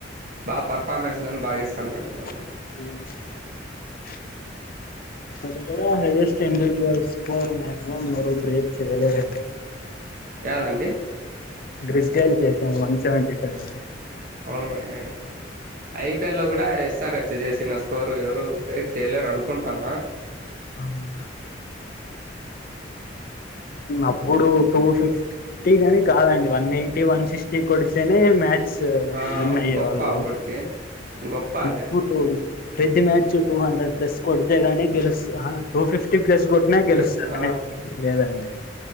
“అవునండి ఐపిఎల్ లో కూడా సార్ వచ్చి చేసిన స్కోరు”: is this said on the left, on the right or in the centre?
Right